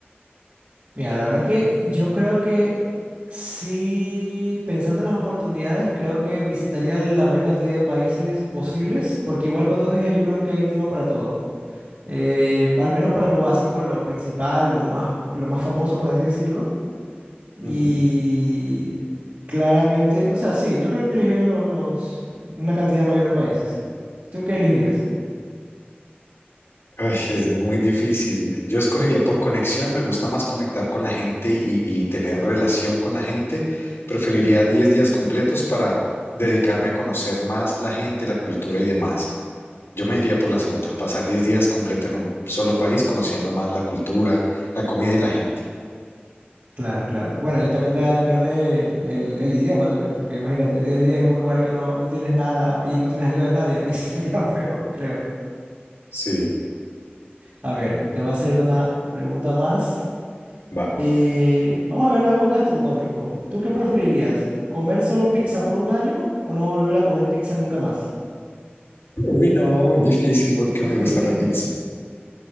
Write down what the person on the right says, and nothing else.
Mira, la verdad que yo creo que sí, pensando en las oportunidades, creo que visitaría la mayor cantidad de países posibles, porque igual con dos días yo creo que hay tiempo para todo. Eh, al menos para lo básico, lo principal, lo más, lo más famoso, por así decirlo. Y
claramente, o sea, sí, yo creo que elegiría los, los, una cantidad mayor de países. ¿Tú qué elegirías?
Claro, claro. Bueno, y también da- depende el, el- el idioma también, porque imagínate, 10 días en un lugar que no, no entiendes nada y no tienes ayuda de nadie, ahí sí sería <laughs> feo, creo.
A ver, te voy a hacer una pregunta más.
Eh, vamos a ver algo gastronómico. ¿Tú qué preferirías? ¿Comer solo pizza por un año o no volver a comer pizza nunca más?
<laughs>